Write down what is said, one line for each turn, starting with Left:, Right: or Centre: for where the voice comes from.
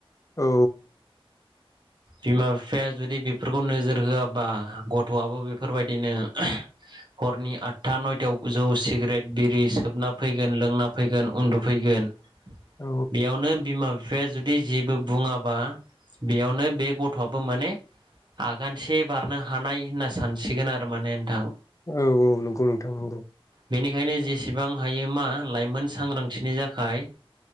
Left: औ
Right: बिमा बिफाया जुदि बेफोरखौ नोजोर होआबा गथ'आबो बेफोरबायदिनो हरनि आटथा नयथायाव जौ सिगारेट बिरि सोबना फैगोन लोंना फैगोन उन्दुफैगोन।
Left: औ
Right: बेयावनो बिमा बिफ बिफाया जुदि जेबो बुङाबा बेयावनो बे गथ'आबो माने आगानसे बारनो हानाय होनना सानसिगोन आरो माने नोंथां।
Left: औ औ नोंगौ नोंथां नंगौ
Right: बेनिखायनो जेसेबां हायो मा लाइमोन सांग्रांथिनि थाखाय